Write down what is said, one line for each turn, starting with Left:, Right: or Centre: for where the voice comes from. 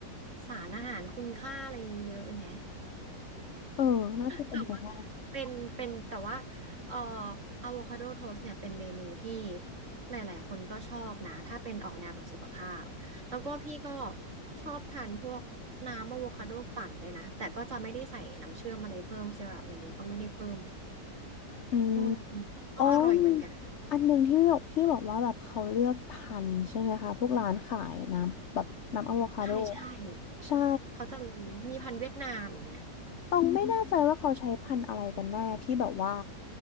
Right: สารอาหารคุณค่าอะไรเยอะนะ
Left: เออน่าจะเป็นไปได้
Right: แต่ว่าเป็นเป็นแต่ว่าเอ่ออะโวคาโดโทสเนี่ยเป็นเมนูที่หลายๆคนก็ชอบนะถ้าเป็นออกแนวแบบสุขภาพแล้วก็พี่ก็ชอบทานพวกน้ำอะโวคาโดปั่นเลยนะแต่ก็จะไม่ได้ใส่น้ำเชื่อมอะไรเพิ่มซีรัปอะไรเงี้ยก็ไม่ได้เพิ่ม
Left: อืม
Right: อืม
Left: โอ้มี
Right: ก็อร่อยเหมือนกัน
Left: อันหนึ่งที่พี่บอกพี่บอกว่าแบบเขาเลือกพันธุ์ใช่ไหมคะพวกร้านขายน้ำแบบน้ำอะโวคาโดอะ
Right: ใช่ใช่
Left: ใช่
Right: เขาจะรู้มีพันธุ์เวียดนามอย่างเงี้ย
Left: ตองไม่แน่ใจว่าเขาใช้พันธุ์อะไรกันแน่ที่แบบว่า